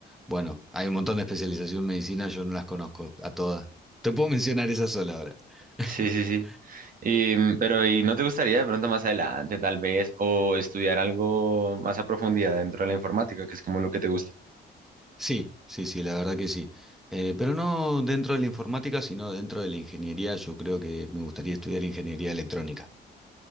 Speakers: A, in the centre; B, on the right.
A: bueno, hay un montón de especialización en medicina, yo no las conozco a todas. Te puedo mencionar esa sola ahora. <laughs>
B: Sí, sí, sí. Y, mm, pero, ¿y no te gustaría de pronto más adelante, tal vez, o estudiar algo más a profundidad dentro de la informática, que es como lo que te gusta?
A: Sí, sí, sí, la verdad que sí. Eh, pero no dentro de la informática, sino dentro de la ingeniería. Yo creo que me gustaría estudiar ingeniería electrónica.